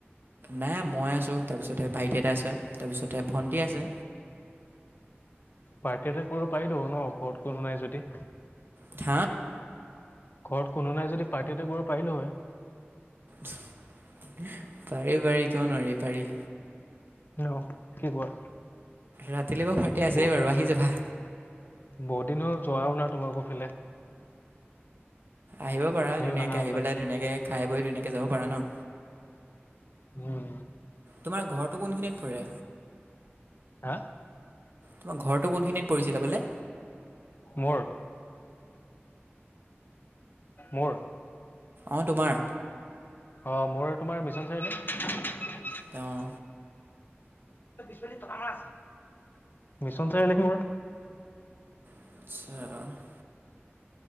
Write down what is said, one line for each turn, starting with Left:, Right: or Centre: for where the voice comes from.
Right: নাই মই আছো, তাৰপিছতে ভাইটি এটা আছে, তাৰপিছতে ভন্টি <unintelligible> আছে।
Left: পাৰ্টি এটা কৰিব পাৰি দ ন ওপৰত কোনো নাই যদি
Right: ধ
Left: ঘৰত কোনো নাই যদি পাৰ্টি এটা কৰিব পাৰিলো হয়
Right: পাৰি পাৰি কিয় নোৱাৰি পাৰি
Left: ন কি কোৱা
Right: ৰাতিলৈ বৌ ফাৰটি আছে
Left: ব
Right: বাৰু আহি যাবা
Left: বহুত দিন হ'ল যোৱাও নাই তোমালোকৰফালে
Right: আহিব পাৰা ধুনীয়াকৈ
Left: নাহা
Right: আহি
Left: হ'লা
Right: পেলাই ধুনীয়াকৈ খাই বৈ ধুনীয়াকৈ যাব পাৰা ন
Left: উম
Right: তোমাৰ ঘৰটো কোনখিনিত পৰে
Left: হা
Right: তোমাৰ ঘৰটো কোনখিনিত পৰিছিলে বোলে
Left: মোৰ মোৰ
Right: অ তোমাৰ
Left: অ মোৰ তোমাৰ মিছন চাৰিআলে
Right: তেওঁ
Left: মিছন চাৰিআলক মোৰ
Right: আচ্ছা